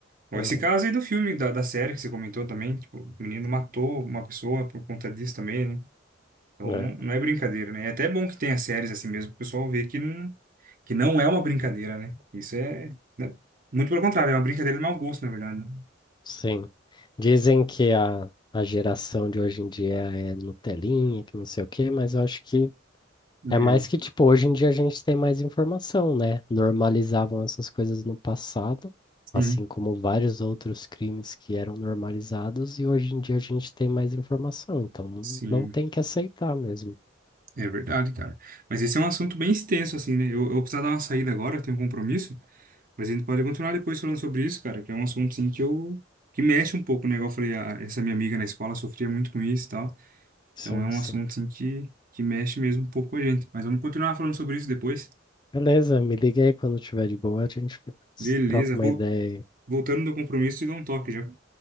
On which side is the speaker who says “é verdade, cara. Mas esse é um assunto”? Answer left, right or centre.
Right